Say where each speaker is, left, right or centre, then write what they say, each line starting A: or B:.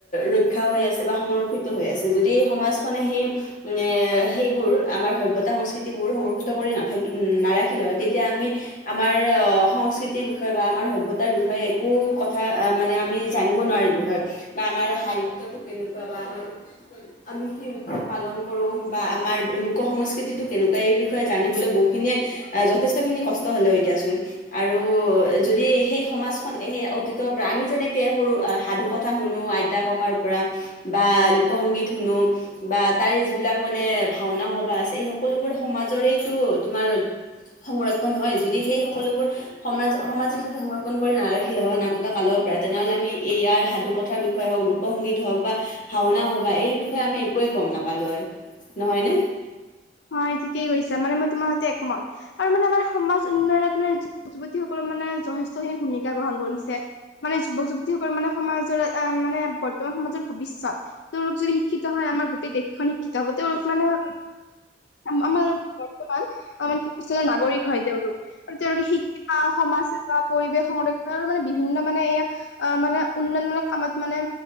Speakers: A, on the left; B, on the left.
A: ৰক্ষা হৈ আছে বা সংৰক্ষিত হৈ আছে। যদি সমাজখনে সেই মানে সেইবোৰ আমাৰ সভ্যতা সংস্ক স্থিতিবোৰ সংৰক্ষিত কৰি নাথাকি নাৰাখিলে হয়। তেতিয়া আমি আমাৰ অ সংস্কৃতিৰ বিষয়ে বা আমাৰ সভ্যতাৰ বিষয়ে একো ক কথা মানে আমি জানিব নোৱাৰিলো হয় বা আমাৰ সাহিত্যটো কেনেকুৱা বা আমাৰ আমি কি পালন কৰো বা আমাৰ লোক সংস্কৃতিটো কেনেকুৱা? এই বি বিষয়ে জানিবলৈ বহুখিনিয়ে যথেষ্ট খিনি কষ্ট হল হয় দিয়াচোন। আৰু যদি সেই সমাজখন সেই <unintelligible> পৰা আমি যেনেকে সৰু সাধু কথা শুনো, আইতা ককাৰ পৰা বা লোকসংগীত শুনো, বা তাৰে যিবিলাক মানে ভাওনা সভা আছে। সেই সকলোবোৰ সমাজৰেইতো তোমাৰ সংৰক্ষণ হয়। যদি সেই সকলোবোৰ সমাজ সমাজে যদি সংৰক্ষণ কৰি নাৰাখিলে হয় <unintelligible> <unintelligible> তেনেহ'লে আমি এই ইয়াৰ সাধু কথাৰ বিষয়ে হওঁক, লোকসংগীত হওঁক বা ভাওনা সভা এই বিষয়ে আমি একোৱে গ'ম নাপালো হয় নহয় নে?
B: হয়ঁ ঠিকেই কৈছা মানে মই তোমাৰ হতে একমত আৰু মানে আমাৰ সমাজ উন্নয়নত মানে যুৱতী সকললে মানে যথেষ্ট খিনি ভূমিকা গ্ৰহণ কৰিছে, মানে যুৱক যুৱতী সকলে তেওঁলোক মানে সমাজৰ এ মানে বৰ্তমান সমাজৰ ভৱিষ্যত, তেওঁলোক যদি শিক্ষিত হয় আমাৰ গো- গোটেই দেশখন শিক্ষিত হ'ব তেওঁলোক মানে আ আমাৰ বৰ্তমান আমাৰ ভৱিষ্যতৰ নাগৰিক হয় তেওঁলোক। আৰু তেওঁলোকে শিক্ষা সমাজ সেৱা পৰিৱেশ সংৰক্ষণ আৰু মানে বিভিন্ন মানে এয়া অঁ মানে উন্নয়নমূলক কামত মানে